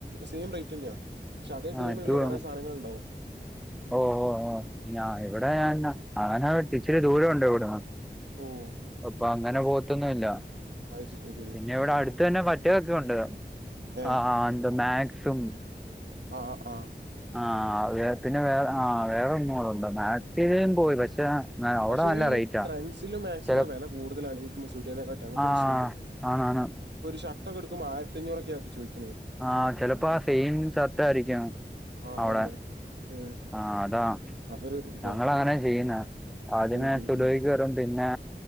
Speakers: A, on the right; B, in the centre.
A: സെയിം റേറ്റ് തന്നെയാ പക്ഷെ അതേ
B: ആഹ്
A: ടീമിലുള്ള
B: എന്തു വേണം
A: കുറെ സാധനങ്ങൾ ഉണ്ടാവും
B: ഓ ഓ ഓ ഞാ ഇവിടേ ഞാനെന്നാ അങ്ങന ഇച്ചിരി ദൂരം ഉണ്ട് ഇവിടന്ന്
A: ഓഹ്
B: അപ്പൊ അങ്ങനെ പോത്തൊന്നും ഇല്ല.
A: അത് ശരി അത് ശരി
B: പിന്നെ ഇവിടെ അടുത്ത് തന്നെ പറ്റീതൊക്കെ ഉണ്ട്
A: ഏ
B: ആഹ് എന്താ മാക്സും
A: ആഹ് ആഹ്
B: ആഹ് <unintelligible> പിന്നെ വേറെ ആ വേറെ ഒന്നും കൂടെ <unintelligible> <unintelligible> പോയി പക്ഷെ അവിടെ
A: പക്ഷെ
B: നല്ല
A: ഈ
B: റേറ്റാ
A: ട്രെൻഡ്സിലും മാക്സിലും
B: ചില
A: വെല കൂടുതലാണ്. ഈ <unintelligible> അങ്ങന്ത്തൊര്ഷ്യൂണ്ട്.
B: ആ ആണാണ്
A: ഇപ്പൊരു ഷർട്ടൊക്കെടുക്കുമ്പോ ആയിരത്തഞ്ഞൂറൊക്കെയാ ചോദിക്
B: ആഹ് ചെലപ്പോ ആ സെയിം ഷർട്ടാരിക്കും
A: ആ
B: അവിടെ!
A: അതന്നെ ഉം
B: ആഹ് അതാ
A: അതൊരു ഇതാ
B: ഞങ്ങളങ്ങനാ ചെയ്യുന്നേ ആദ്യമേ
A: ഉം ഉം
B: സുഡിയോയിൽ
A: ഉം
B: കേറും പിന്നെ